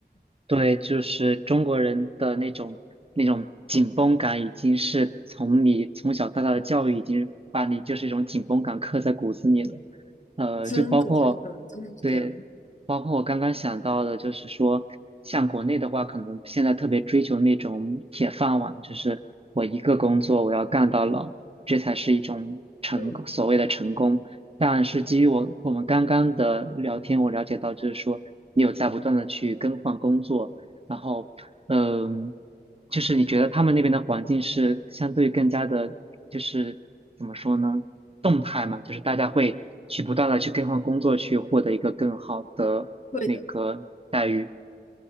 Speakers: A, on the right (about 35°); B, on the left (about 45°).
A: 对，就是中国人的那种那种紧绷感，已经是从你从小到大的教育已经把你就是一种紧绷感刻在骨子里了。呃，
B: <laughs> 真的真的真的是这样，
A: 就包括对，包括我刚刚想到的，就是说，像国内的话，可能现在特别追求那种铁饭碗，就是我一个工作我要干到老，这才是一种成功所谓的成功。
B: 嗯，
A: 但是基于我我们刚刚的聊天，我了解到就是说，你有在不断的去更换工作，然后，嗯，就是你觉得他们那边的环境是相对更加的，就是怎么说呢，动态嘛，就是大家会去不断的去更换工作，去获得一个更好的那个待遇。
B: 会的。